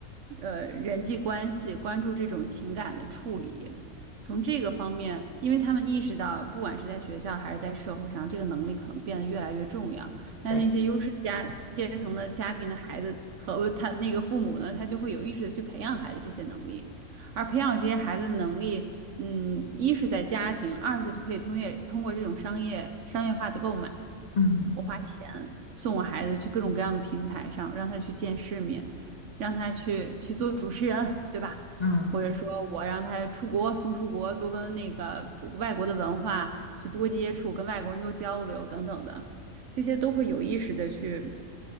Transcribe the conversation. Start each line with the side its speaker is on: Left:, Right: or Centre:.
Right: 呃，人际关系，关注这种情感的处理。从这个方面，因为他们意识到，不管是在学校还是在社会上，这个能力可能变得越来越重要。那那些优势家阶层的家庭的孩子和他那个父母呢，
Left: 对，
Right: 他就会有意识的去培养孩子这些能力，而培养这些孩子的能力。嗯，一是在家庭，二是可以通过通过这种商业商业化的购买，
Left: 嗯
Right: 我花钱送我孩子去各种各样的平台上，让他去见世面，让他去去做主持人，对吧？
Left: 嗯。
Right: 或者说我让他出国，送出国，多跟那个外国的文化去多接触，跟外国人多交流等等的，这些都会有意识的去，